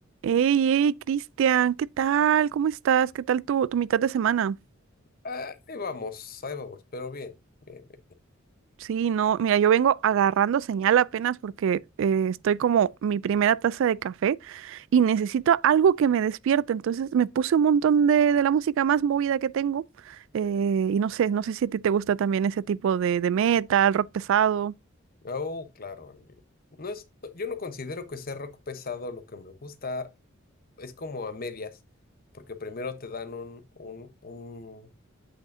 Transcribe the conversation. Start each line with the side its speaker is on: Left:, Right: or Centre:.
Right: Hey, hey, Cristian, ¿qué tal? ¿Cómo estás? ¿Qué tal tu, tu mitad de semana?
Left: Ah, Ahí vamos, ahí vamos, pero bien, bien, bien.
Right: Sí, no, mira, yo vengo agarrando señal apenas porque eh, estoy como mi primera taza de café y necesito algo que me despierte. Entonces me puse un montón de, de la música más movida que tengo eh, y no sé, no sé si a ti te gusta también ese tipo de, de metal, rock pesado.
Left: bien. Oh, claro, el- no es, yo no considero que sea rock pesado, lo que me gusta es como a medias, porque primero te dan un, un, un-